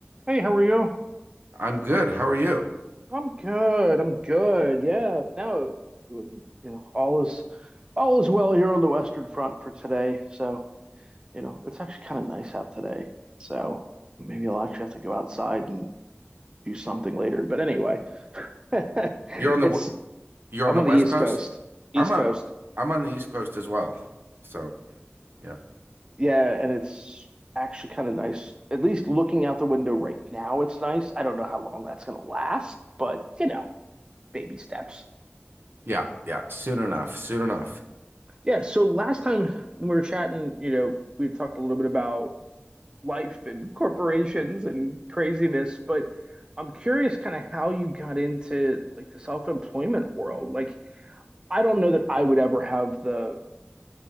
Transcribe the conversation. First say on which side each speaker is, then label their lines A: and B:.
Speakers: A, on the right; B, on the right.
A: Hey, how are you?
B: I'm good. How are you?
A: I'm good. I'm good. Yeah. Now, you know, all is all is well here on the Western Front for today. So, you know, it's actually kind of nice out today. So maybe I'll actually have to go outside and do something later. But anyway, <laughs> it's
B: You're on the w- you're on
A: I'm
B: the
A: on
B: West
A: the East
B: Coast?
A: Coast. East
B: I'm on
A: Coast.
B: I'm on the East Coast as well. So, yeah.
A: Yeah, and it's actually kind of nice. At least looking out the window right now, it's nice. I don't know how long that's gonna last, but you know, baby steps.
B: Yeah, yeah. Soon enough. Soon enough.
A: Yeah, so last time when we were chatting, you know, we had talked a little bit about life and corporations and craziness, but I'm curious kind of how you got into like the self-employment world. Like, I don't know that I would ever have the